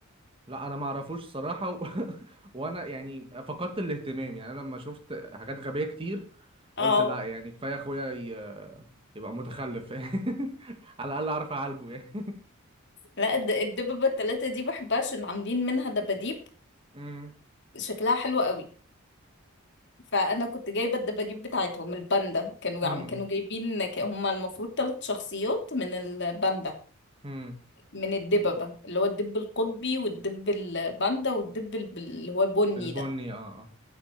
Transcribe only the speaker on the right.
لا انا ما اعرفوش صراحه و... <laughs> وانا يعني فقدت الاهتمام يعني انا لما شفت حاجات غبيه كتير
قلت لا يعني كفايه اخويا ي... يبقى متخلف <laughs> على الاقل اعرف اعالجه يعني
<laughs>
مم.
<laughs>
امم
البني
اه اه